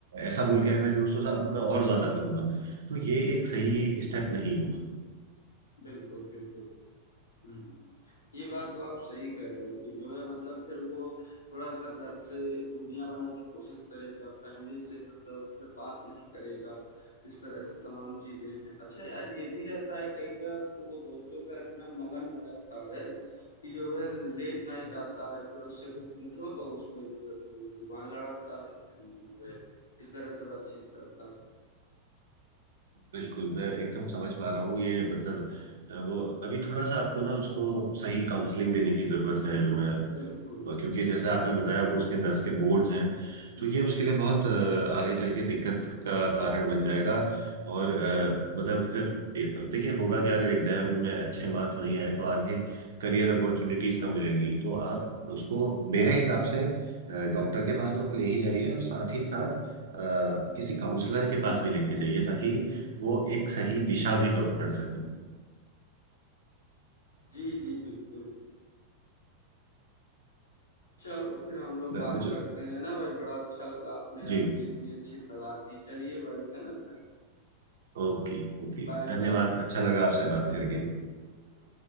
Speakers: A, on the right (about 60°); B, on the left (about 75°).
A: ऐसा बोल के आए मेरे दोस्तों से अब मैं और ज्यादा करूंगा तो ये एक सही स्टेप नहीं होगा
B: बिल्कुल बिल्कुल हम्म ये बात तो आप सही कह रहे हो कि जो है मतलब फिर वो थोड़ा-सा घर से दूरियाँ बनाने की कोशिश करेगा, फैमिली से मतलब फिर बात नहीं करेगा, इस तरह से तमाम चीज़ें हैं। अच्छा यार ये भी रहता है कई बार तो वो दोस्तों के साथ इतना मगन हो जाता है, कि जो है लेट नाइट आता है फिर उससे कुछ पूछो तो उसमें जो है फिर वो ज़ुबान लड़ाता है एंड जो है इस तरह से बातचीत करता है।
A: बिल्कुल मैं एकदम समझ पा रहा हूँ ये मतलब अ, वो अभी थोड़ा सा आपको ना उसको सही काउंसलिंग देने की जरूरत है जो मैं अ,
B: बिल्कुल।
A: क्योंकि जैसा आपने बताया वो उसके दस के बोर्ड्स हैं
B: हुँ।
A: तो ये उसके लिए बहुत अ, आगे चल के दिक्कत का कारण बन जाएगा और अ, मतलब फिर ए- देखिए होगा क्या अगर एग्जाम में अच्छे मार्क्स नहीं आए तो आगे करियर अपॉर्चुनिटीज कम हो जाएंगी तो आप उसको मेरे हिसाब से डॉक्टर के पास तो ले ही जाइए और साथ ही साथ अ, किसी काउंसलर के पास भी लेके जाइए ताकि वो एक सही दिशा भी पकड़ सकें
B: जी, जी, बिल्कुल। चलो फिर हम लोग
A: मैं-
B: बात
A: मुझे
B: करते हैं, है ना भाई? बड़ा अच्छा लगा आपने यार
A: जी
B: मुझे इतनी अच्छी सलाह दी। चलिए भाई, है ना? Thank
A: ओके ओके
B: bye bye.
A: धन्यवाद अच्छा लगा आपसे बात
B: बिल्कुल,
A: करके
B: बिल्कुल, बिल्कुल।